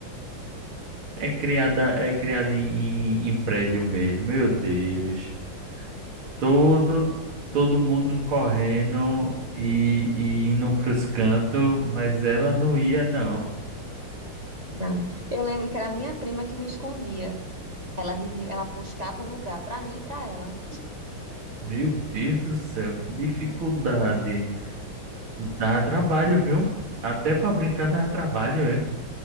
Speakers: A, on the right; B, on the right.
A: É criada, é criada em, em, em prédio mesmo, meu Deus. Todo, todo mundo
B: Uhum.
A: correndo e, e indo pros cantos, mas ela não ia, não.
B: Não. Eu lembro que era a minha prima que me escondia. Ela dizia, ela buscava um lugar para mim e para ela.
A: Meu Deus do céu, que dificuldade. Dava trabalho, viu? Até para brincar dava trabalho, é.